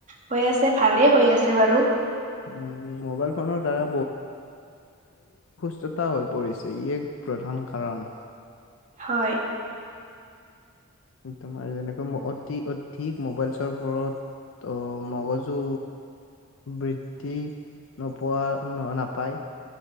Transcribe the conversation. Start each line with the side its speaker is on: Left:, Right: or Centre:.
Right: হৈ আছে ভালেই হৈ আছে বাৰু
Left: উম, মোবাইল ফোনৰ দ্বাৰা স্বচ্ছতাৰ হৈ পৰিছে ই এক প্ৰধান কাৰণ
Right: হয়
Left: তোমাৰ যেনেকৈ অতি অধিক মোবাই চোৱা পৰত মগজু বৃদ্ধি নোপোৱা নহয় নাপায়